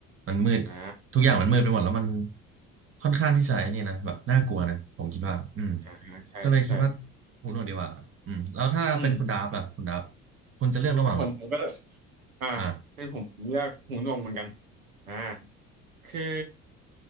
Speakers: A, on the right; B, on the right.
A: มันมืด
B: อ่า
A: ทุกอย่างมันมืดไปหมดแล้วมันค่อนข้างที่จะไอ้นี่นะแบบน่ากลัวนะผมคิดว่าอืม
B: อ่าใช่ใช่
A: ก็เลยคิดว่าหูหนวกดีกว่าอืมแล้วถ้าเป็นคุณดาฟล่ะคุณดาฟ
B: อืม
A: คุณจะเลือกระหว่างแบบ
B: ให้ผมผมก็อ่า
A: อ่า
B: ให้ผมเลือกหูหนวกเหมือนกันอ่าคือ